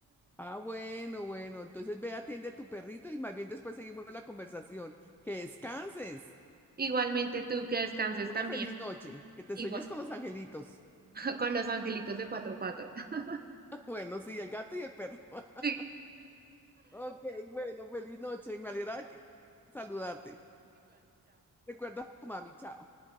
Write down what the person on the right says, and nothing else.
Igualmente tú que descanses
también,
igual,
<laughs> con los angelitos de cuatro patas. <laughs>
Sí.